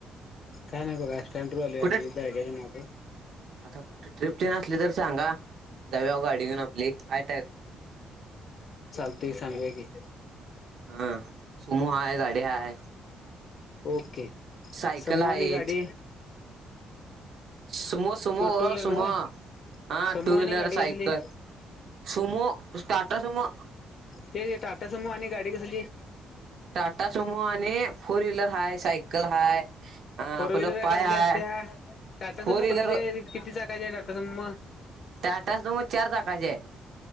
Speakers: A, on the left; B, on the right.
A: काय नाहि बगा स्टैंडवर वर आलो
B: कुठे
A: आम्ही. ब्यागाच्या माग
B: आता कुठे ट्रिपतेन असली तर सांगा. जाऊया गाडी घेऊन आपली. आहे
A: चालते सांगु या की.
B: हा समूहा गाड्या हाय,
A: ओके
B: सायकल
A: समूह
B: आहेत.
A: आणि गाडी
B: Sumo, Sumo,
A: two wheeler
B: Sumo
A: नव्ह
B: हा
A: समूह
B: टू व्हीलर,
A: आणि गाडी
B: सायकल
A: कसली
B: समो स्टारटा समो.
A: ते टाट सुमोह आणि गाडी कसली?
B: टाटा सोमो आणि फोर व्हीलर हाय, सायकल हाय, अ आपलं
A: टु विलर
B: पाय
A: कसल्या
B: हाय
A: असत्या, टाटासमो
B: फोर व्हीलर
A: कसली ये किती चाकाची आहे टाटासुमो?
B: टाटा सुमो चार चाकाची आहे.